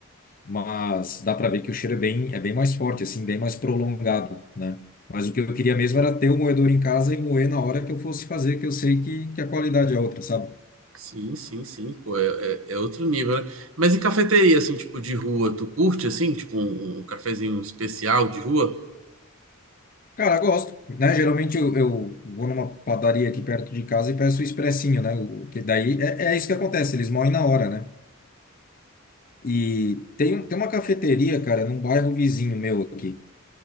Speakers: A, on the left (about 40°); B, on the right (about 70°).
A: Mas dá para ver que o cheiro é bem, é bem mais forte, assim, bem mais prolongado, né? Mas o que eu queria mesmo era ter o moedor em casa e moer na hora que eu fosse fazer, que eu sei que, que a qualidade é outra, sabe?
B: Sim, sim, sim, pô, é, é, é outro nível, né? Mas e cafeteria, assim, tipo, de rua, tu curte, assim, tipo, um, um cafezinho especial de rua?
A: Cara, gosto, né? Geralmente eu, eu vou numa padaria aqui perto de casa e peço o expressinho, né? O, que daí é, é isso que acontece, eles moem na hora, né? E tem, um- tem uma cafeteria, cara, num bairro vizinho meu aqui.